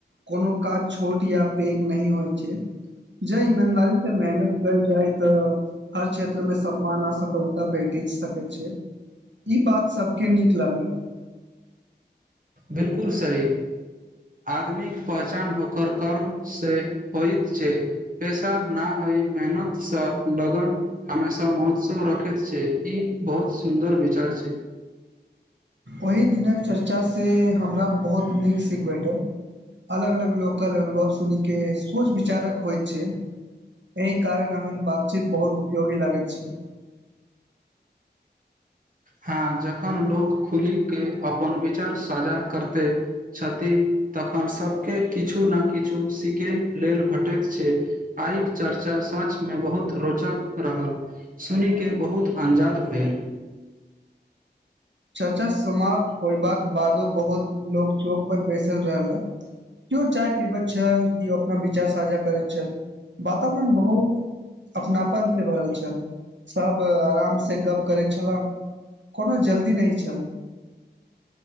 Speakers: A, on the right; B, on the right.
A: कोनो काज छोट या पैघ नह होइ छैय जहि में ईमानदारी से मेहनत कल जाय तऽ हर क्षेत्र मे सम्मान आ सफलता भेट सकैत छैय ई बात सबके नीक लागल
B: बिलकुल सही आदमीक पहचान होकर कर्म से होइत छैय पैेशा न होइ मेहनतसँ लगन हमेशा महोत्सव रखैत छैय ई बहुत सुन्दर विचार छैय।
A: ओहि दिनक चर्चाँ से हमरा बहुत नीक सीख भेटल अलग अलग लोकल अनुभव सुन कऽ सोच विचारक होइत छैय एहि कारण एहन बातचीत बहुत उपयोगी लागैत छैय।
B: हँ जखन लोक खुली के अपन विचार साझा करते छथि तख कन सभकेँ किछु ने किछु सीखै लेल भेटैत छैय आइके चर्चा सचमे बहुत रोचक रहल सुनिके बहुत अनजाद भेल।
A: चर्चा समाप्त होयबाक बादो बहुत लोक चौक पर बैसल रहल केओ चाय पीबैत छल केओ अपना विचार साझा करैत छल वातावरण बहुत अपनापन से भरल छल सब आराम से गप करैत छलाह कोनो जल्दी नहि छल